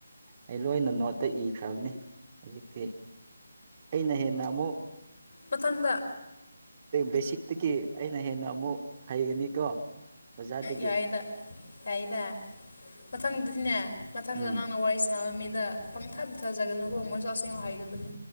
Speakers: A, on the right (about 30°); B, on the left (about 60°).
A: ꯑꯩ ꯂꯣꯏꯅ ꯅꯣꯠꯇ ꯏꯈ꯭ꯔꯕꯅꯦ ꯍꯧꯖꯤꯛꯇꯤ ꯑꯩꯅ ꯍꯦꯟꯅ ꯑꯃꯨꯛ
B: ꯃꯊꯪꯗ
A: ꯕꯦꯁꯤꯛꯇꯒꯤ ꯑꯩꯅ ꯍꯦꯟꯅ ꯑꯃꯨꯛ ꯍꯩꯒꯅꯤꯀꯣ ꯑꯣꯖꯥꯗꯒꯤ
B: ꯌꯥꯏꯗ ꯌꯥꯏꯗ ꯃꯊꯪꯗꯗꯤꯅꯦ ꯃꯊꯪꯗ
A: ꯎꯝ
B: ꯅꯪꯅ ꯋꯥꯔꯤ ꯁꯥꯟꯅꯕ ꯃꯤ ꯗ ꯄꯪꯊꯗꯊꯥꯖꯒꯅꯧꯀꯣ ꯃꯣꯏꯁꯨ ꯑꯁꯦꯡꯕ ꯍꯩꯇꯕꯅꯤ